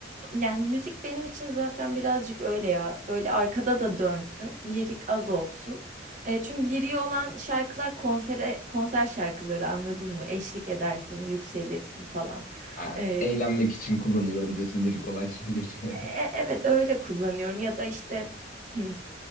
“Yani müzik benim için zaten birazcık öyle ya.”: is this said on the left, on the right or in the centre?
Right